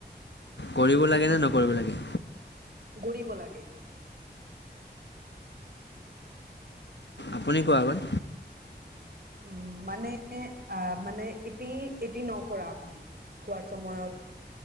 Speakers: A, on the left; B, on the right.
A: কৰিব লাগে নে নকৰিব লাগে
B: গৰিব লাগে
A: আপুনি‍ কোৱা আগত
B: উম মানে আহ মানে এটি এটি নকৰা আপুনি খোৱাৰ চময়ত